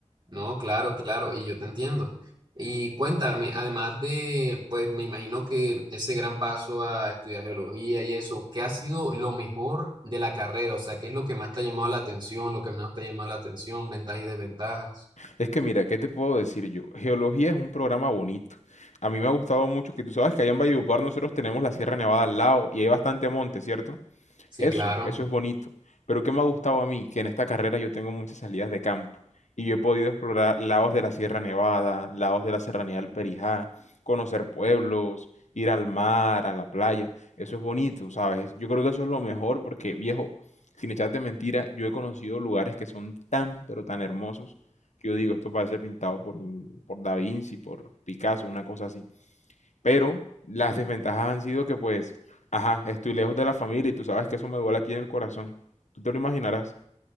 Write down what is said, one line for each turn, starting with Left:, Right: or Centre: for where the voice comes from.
Right: no, claro, claro, y yo te entiendo. Y cuéntame, además de, pues me imagino que ese gran paso a estudiar geología y eso, ¿qué ha sido lo mejor de la carrera? O sea, ¿qué es lo que más te ha llamado la atención, lo que menos te ha llamado la atención, ventajas y desventajas?
Left: Es que mira, ¿qué te puedo decir yo? Geología es un programa bonito. A mí me ha gustado mucho que tú sabes que allá en Valledupar nosotros tenemos la Sierra Nevada al lado y hay bastante monte, ¿cierto?
Right: Sí,
Left: Eso,
Right: claro.
Left: eso es bonito. Pero ¿qué me ha gustado a mí? Que en esta carrera yo tengo muchas salidas de campo y yo he podido explorar lados de la Sierra Nevada, lados de la Serranía del Perijá, conocer pueblos, ir al mar, a la playa. Eso es bonito, ¿sabes? Yo creo que eso es lo mejor porque, viejo, sin echarte mentira, yo he conocido lugares que son tan, pero tan hermosos que yo digo, esto parece pintado por, un- por Da Vinci, por Picasso, una cosa así. Pero las desventajas han sido que pues, ajá, estoy lejos de la familia y tú sabes que eso me duele aquí en el corazón. Tú te lo imaginarás.